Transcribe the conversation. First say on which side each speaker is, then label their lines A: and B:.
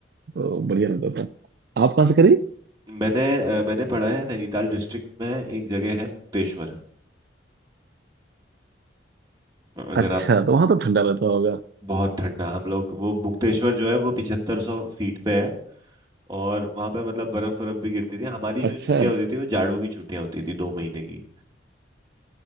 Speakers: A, on the right (about 55°); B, on the right (about 20°).
A: तो बढ़िया रहता था आप कहाँ से करी
B: मैंने अ, मैंने पढ़ा है नैनीताल डिस्ट्रिक्ट में एक जगह है मुक्तेश्वर अगर
A: अच्छा
B: आप
A: तो वहाँ तो ठंडा रहता होगा
B: बहुत ठंडा हम लोग वो मुक्तेश्वर जो है वो पिछहत्तर सौ फीट पे है और वहां पे मतलब बर्फ बर्फ भी गिरती थी हमारी
A: अच्छा
B: जो छुट्टियां होती थी वो जाड़ों की छुट्टियां होती थी दो महीने की